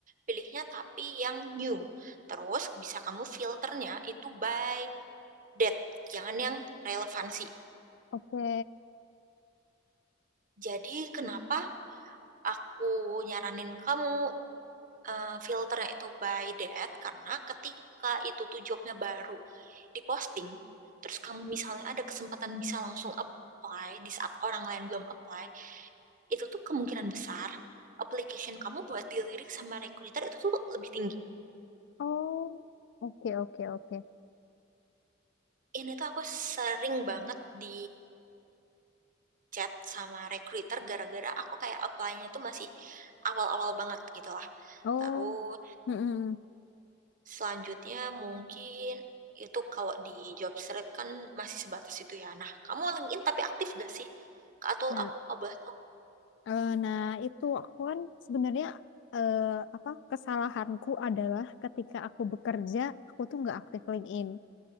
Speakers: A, on the right; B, on the left.
A: pilihnya tapi yang new. Terus bisa kamu filternya itu by date, jangan yang relevansi.
B: Oke.
A: Jadi kenapa aku nyaranin kamu eh, filternya itu by date? Karena ketika itu tuh jobnya baru diposting, terus kamu misalnya ada kesempatan bisa langsung apply di saat orang lain belum apply, itu tuh kemungkinan besar application kamu buat dilirik sama recruiter itu tuh lebih tinggi.
B: Oh, oke, oke, oke.
A: Ini tuh aku sering banget di chat sama recruiter gara-gara aku kayak apply-nya tuh masih awal-awal banget gitu lah.
B: Oh,
A: Terus
B: mm-mm.
A: selanjutnya mungkin itu kalau di job street kan masih sebatas itu ya. Nah, kamu LinkedIn tapi aktif gak sih? Kak Atul
B: Nah,
A: aku kabar tuh.
B: eh, nah itu aku kan sebenarnya eh, apa kesalahanku adalah ketika aku bekerja, aku tuh nggak aktif LinkedIn.